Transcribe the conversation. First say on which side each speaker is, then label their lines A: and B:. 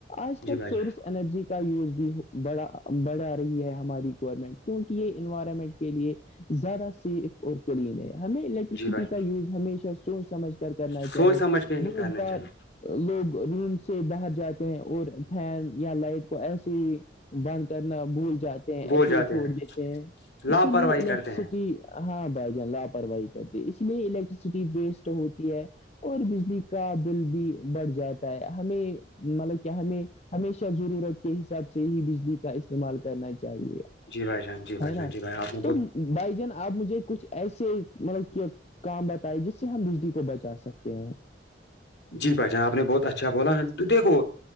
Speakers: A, on the left; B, on the left.
A: جان
B: آج
A: جی
B: کل
A: بھائی
B: سورس
A: جان
B: انرجی کا یوز بھی بڑا بڑھا رہی ہے ہماری گورنمنٹ کیونکہ یہ انوائرمنٹ کے لیے زیادہ سیف اور کلین ہے ہمیں الیکٹرسٹی
A: جی بھائی
B: کا یوز ہمیشہ سوچ سمجھ کر کرنا
A: جان، سوچ
B: چاہے
A: سمجھ کے ہی
B: بہت
A: کرنا
B: بار
A: چاہیے
B: لوگ روم سے باہر جاتے ہیں اور فین یا لائٹ کو ایسے ہی بند کرنا بھول جاتے ہیں
A: بول
B: ایسے
A: جاتے
B: ہی چھوڑ
A: ہیں
B: دیتے ہیں
A: لاپرواہی
B: اسی لیے الیکٹرسٹی
A: کرتے ہیں
B: ہاں بھائی جان لاپرواہی کرتے اسی لیے الیکٹرسٹی ویسٹ ہوتی ہے اور بجلی کا بل بھی بڑھ جاتا ہے ہمیں مطلب کہ ہمیں ہمیشہ ضرورت کے حساب سے ہی بجلی کا استعمال کرنا چاہیے
A: جی بھائی جان جی بھائی
B: ہے نا
A: جان جی بھائی آپ نے
B: تو بھائی جان آپ مجھے کچھ ایسے مطلب کہ کام بتائے جس سے ہم بجلی کو بچا سکتے ہیں
A: جی بھائی جان آپ نے بہت اچھا بولا تو دیکھو